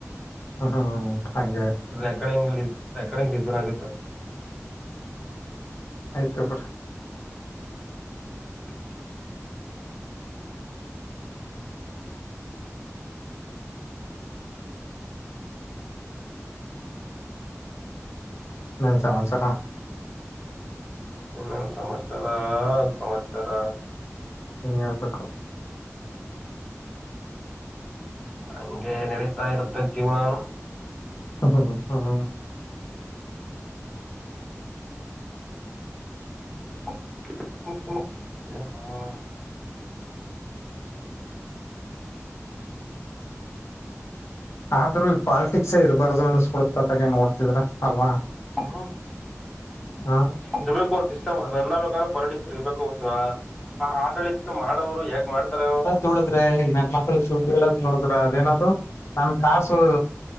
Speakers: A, on the left; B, in the centre.
A: ಹ್ಮ್ ಹ್ಮ್ ಹಾಗ
B: ರೆಕಾರ್ಡಿಂಗ ಲ ರೆಕಾರ್ಡಿಂಗ್ ಲೀಸನ್ ಆಗುತ್ತೆದು
A: ಆಯ್ತಬ್ರ
B: <inaudible>
A: ನನ್ ಸಂವತ್ಸರ
B: ಇನ್ನೊನ್ ಸಂಸರ ಸಂವಸರ
A: ನೀ ಹೇಳ್ಬೇಕು
B: ಹಂಗೆ ನಡೀತಾ ಇರುತ್ತೆ ಜೀವನಾನು
A: ಹ್ಮ ಹ್ಮ ಹ್ಮ ಹ್ಮ್
B: ಹ
A: ಆದ್ರೂ ಈ ಪಾಲಲ್ಟಿಕ್ಸೇ ಇರಬಾರ್ದು ಅನಿಸ್ಕಳ್ತ ತಾಗೆ ನೋಡ್ತಿದ್ರ ಅಲ್ವಾ
B: ಹ್ಮ
A: ಹಾ
B: ಇರ್ಬೇಕು ಒಂದ ಸಿಸ್ಟಮ್ ರನ್ ಆಗ್ಬೇಕುಂದ್ರೆ ಪಾಲಿಟಿಕ್ಸ್ ಇರ್ಬೇಕುಷ ಹ ಆಡಳಿತ ಮಾಡೋವ್ರು ಯೇಗ್ ಮಾಡ್ತಾರ
A: ನೋಡದ್ರೆ ಇ ನಾಗ ಮಕ್ಳ ಚೌಟಿ ಹೇಳದ್ ನೋಡುದ್ರ ಅದೇನದು ನಮ ಕಾಸು